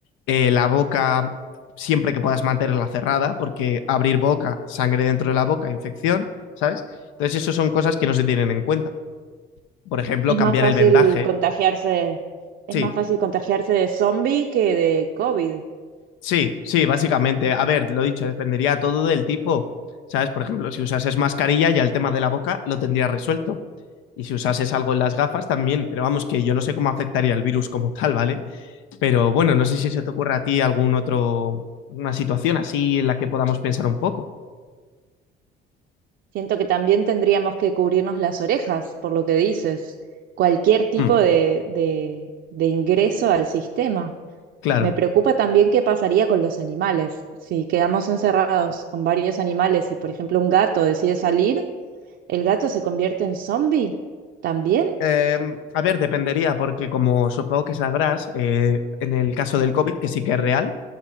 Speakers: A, on the left (about 85°); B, on the right (about 65°).
A: eh, la boca siempre que puedas mantenerla cerrada, porque abrir boca, sangre dentro de la boca, infección, ¿sabes? Entonces, eso son cosas que no se tienen en cuenta. Por ejemplo,
B: Es
A: cambiar
B: más fácil
A: el vendaje.
B: contagiarse, es
A: Sí,
B: más fácil contagiarse de zombie que de COVID.
A: sí, sí, básicamente. A ver, lo dicho, dependería todo del tipo. ¿Sabes? Por ejemplo, si usases mascarilla, ya el tema de la boca lo tendrías resuelto. Y si usases algo en las gafas, también. Pero vamos, que yo no sé cómo afectaría el virus como tal, ¿vale? Pero bueno, no sé si se te ocurre a ti algún otro, una situación así en la que podamos pensar un poco.
B: Siento que también tendríamos que cubrirnos las orejas, por lo que dices, cualquier tipo
A: Hmm,
B: de, de, de ingreso al sistema.
A: claro.
B: Me preocupa también qué pasaría con los animales. Si quedamos encerrados con varios animales y, por ejemplo, un gato decide salir, ¿el gato se convierte en zombie también?
A: Eh, a ver, dependería, porque como supongo que sabrás, eh, en el caso del COVID, que sí que es real,